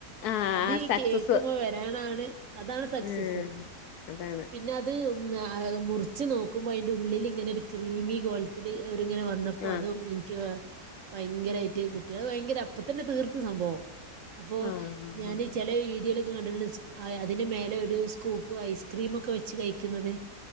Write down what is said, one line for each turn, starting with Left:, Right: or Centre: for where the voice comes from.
Left: ആഹ്
Right: അത് ഈ
Left: സക്സസ്
Right: കേക്ക്മ്മെ വരാനാണ് അതാണ് സക്സസ്സ്
Left: ഉം അതാണ്
Right: പിന്നെ അത് മുറിച്ച് നോക്കുമ്പോ അതിൻ്റെ ഉള്ളിൽ ഇങ്ങനെ ഒര് ക് ക്രീമി ഗോളത്തില് ഒ ഇങ്ങനെ വന്നപ്പോ
Left: ആഹ്
Right: അത് എനിക്ക് ഭയങ്കരായിട്ട് കുട്ടികള് ഭയങ്കര അപ്പ തന്നെ തീർത്ത് സംഭവം അപ്പോ
Left: ആഹ്
Right: ഞാൻ
Left: ആഹ് ആഹ്
Right: ചെല വീഡിയോലൊ കണ്ട്ക്ണ് അതിന്റെ മേലെ ഒരു സ്കൂപ്പ് ഐസ്ക്രീം ഒക്കെ വെച്ച് കഴിക്കുന്നത്